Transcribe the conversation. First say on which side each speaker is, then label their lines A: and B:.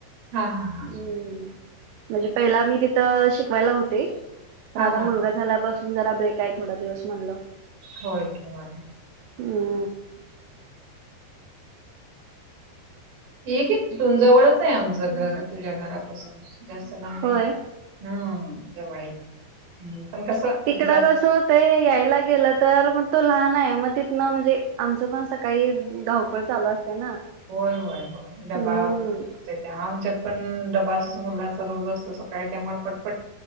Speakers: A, on the right (about 60°); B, on the right (about 80°).
A: हा-हा-हा.
B: हम्म म्हणजे पहिला मी तिथं शिकवायला होते, पण
A: हा
B: आता
A: हा हा
B: मुलगा झाल्यापासून जरा ब्रेक आहे थोडा दिवस म्हणलं.
A: होय, की मग.
B: हम्म.
A: ये की तिथून, जवळच आहे आमचं घर, तुझ्या घरापासून. जास्त लांब नाहीये,
B: होय.
A: हा जवळच आहे. पण कसं
B: तिकडं
A: जात
B: असं होतं यायला गेलंत तर मग तो लहान आहे मग तिथनं म्हणजे आमचं पण सकाळी धावपळ चालू असते ना,
A: होय होय होय, डबा
B: हम्म
A: त्याच्यामुळ आमच्यात पण डबा असतो मुलाचा रोज असतो सकाळी त्यामुळे पटपट